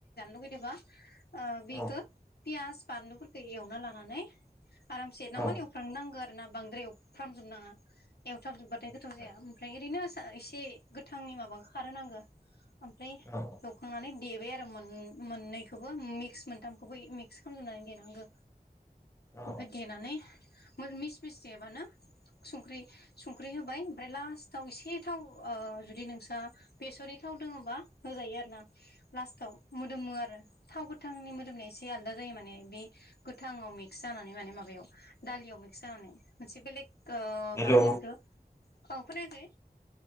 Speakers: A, on the left; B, on the left.
A: ओ बिखो
B: औ
A: पियास बानलुफोरखौ एवना लानानै आरामसे नावमान
B: औ
A: एवफ्राम नांगो ना बांद्राय एवफ्रामजोबनांङा एवथाबजोबबाथाय
B: आदसा
A: गोथाव जाया ओरैनो एसे गोथांनि माबाखो खारहोनांगो ओमफ्राय
B: औ
A: एवखांनानै देबाय मोन मोननैखौवबो मिकस मोनथामखौवबो मिकस खालाम जोबनानै देनांगो।
B: औ
A: ओमफ्राय देनानै मोर मिस मिस देबानो सुनख्रि सुंख्रि होबाय ओमफ्राय लास्ट थाव एसे थाव ओ जुदि नोंस्रा बेसरनि थाव दोङोबा होजायो आरो ना लास्टाव मोदोमो आरो थाव गोथांनि मोदोमनाया एसे आलदा जायो माने बे गोथांङाव मिक्स जानानै माने माबायाव दालियाव मिकस जानानै मोनसे बेलेग ओ
B: हेलौ
A: मा होनगोन एखो औ खोनायाखै?